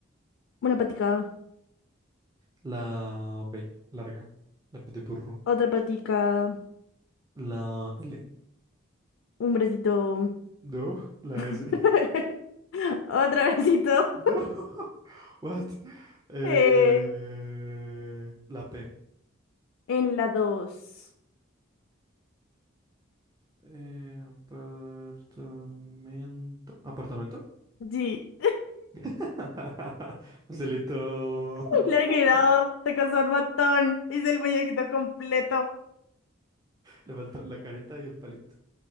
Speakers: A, on the left (about 75°); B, on the right (about 20°).
A: una patica,
B: La B, larga. La B de burro.
A: otra patica,
B: La L.
A: un bracito,
B: No, la
A: <laughs>
B: S. <laughs>
A: otro bracito.
B: No. <laughs> What? Eh,
A: <laughs> eh,
B: la P.
A: en la dos
B: Eh, apartamento. ¿Apartamento?
A: Sí,
B: <laughs> Facilito.
A: <laughs>
B: <laughs>
A: le he quedó, te costó un montón. Hice el muñequito completo.
B: Le faltó la carita y el palito.